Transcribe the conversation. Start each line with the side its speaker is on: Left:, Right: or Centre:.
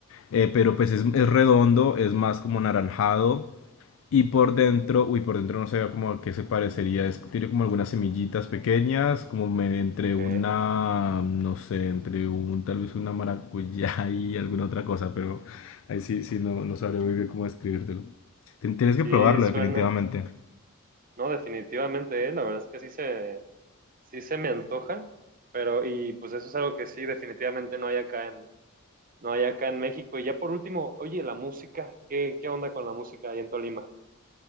Left: Eh, pero pues es, es redondo, es más como anaranjado. Y por dentro, uy, por dentro no sé como a qué se parecería. Es, tiene como algunas semillitas pequeñas, como me- entre
Right: ok.
Left: una, no sé, entre un, tal vez una maracuyá <laughs> y alguna otra cosa, pero ahí sí, sí, no, no sabré muy bien cómo describírtelo. Ten- Tienes
Right: Sí,
Left: que probarlo,
Right: suena.
Left: definitivamente.
Right: No, definitivamente, eh, La verdad es que sí se, sí se me antoja, pero y pues eso es algo que sí definitivamente no hay acá en no hay acá en México. Y ya por último, oye, la música, ¿qué, qué onda con la música ahí en Tolima?